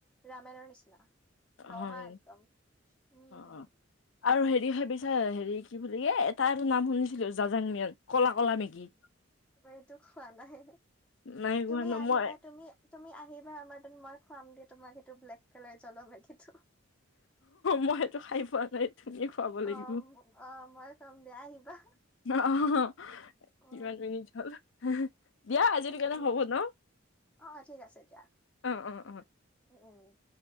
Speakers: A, in the centre; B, on the left.
A: ৰামায়ণৰ নিচিনা ৰঙা
B: হয়
A: একদম উম,
B: অ আৰু হেৰি সে পিছে হেৰি কি বুলি কি এটাটো নাম শুনিছিলো জাজাং মিয়ান কলা কলা মেকি।
A: এইটো খোৱা নাহে
B: নাই খোৱা
A: তুমি
B: ন
A: আহিবা
B: মই
A: তুমি। তুমি আহিবা আমাৰ মই খুৱাম দিয়া তোমাক সেইটো ব্লেক কালাৰ জ্বল সেটো।
B: মইটো খাই পোৱা নাই, ধুনিয়া খুৱাব লাগিব।
A: অ অ মই খুৱাম দিয়া আহিবা
B: অ,
A: অ
B: কিমান মিনি হ'ল। দিয়া আজিৰ
A: তাকে
B: কাৰণে হ'ব ন,
A: অ ঠিক আছে দিয়া
B: অ, অ, অ,
A: উম, উম,